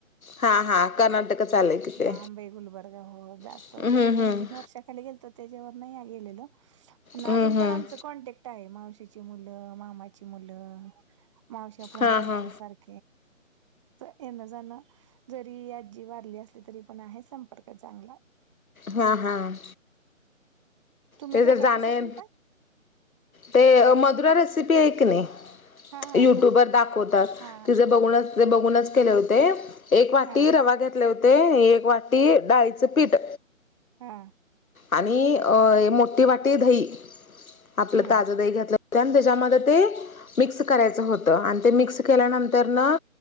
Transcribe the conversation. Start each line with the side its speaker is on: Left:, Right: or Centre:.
Left: हा हा कर्नाटकच
Right: गुलबर्ग
Left: आलंय तिथे
Right: लांब आहे गुलबर्ग हो जातो
Left: हम्म
Right: तरी
Left: हम्म
Right: दोन तीन वर्षा त्याे अण आ
Left: हम्म हम्म
Right: कॉन्टॅक्ट आहे मावशची मुलं मामाची मुलं मावश फोन
Left: हा
Right: करत
Left: हा
Right: सारख.... येण जाणं जरी आजी वाारली असली तरी..... आहे संपर्क चांगला....
Left: हां हां...
Right: तुम्ही
Left: ते
Right: ढोकळा
Left: जर जाणे
Right: कसा केलता
Left: ते मधुरा रेसिपी आहे नाही....
Right: हा हा
Left: युट्यूबर
Right: हा
Left: दाखवतात
Right: हा
Left: तिचं
Right: हा
Left: बघूनच..... तिचं बघूनच केलं होतं एक वाटी
Right: हा
Left: रवा घेतला.... घले होते एक वाटी डाळीचं पीठ....
Right: हा....
Left: आणि मोठी वाटी दही आपलं
Right: हम्म
Left: ताज दही घरचं..... त्या त्याच्यामध्ये ते मिक्स करायचं होतं आणि ते मिक्स केल्यानंतर न......